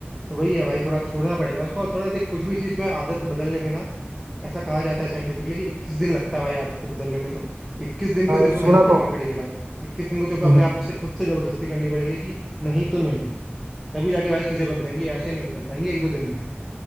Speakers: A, in the centre; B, on the right.
A: तो वही है भाई थोड़ा छोड़ना पड़ेगा उसको और थोड़ा देख कुछ भी चीज़ में आदत बदलने में ना ऐसा कहा जाता है साइंटिफिकली कि इक्कीस दिन लगता है भाई आदत को बदलने में तो इक्कीस दिन को
B: हाँ,
A: तेरे
B: ये तो
A: को
B: सुना
A: मेहनत करनी
B: तो है।
A: पड़ेगी भाई इक्कीस दिन को तेरे
B: हम्म,
A: को अपने
B: हम्म।
A: आप से खुद से जबरदस्ती करनी पड़ेगी कि नहीं तो नहीं तभी जाके भाई चीज़ें बदलेंगी ऐसे नहीं बदल पाएंगी एक दो दिन में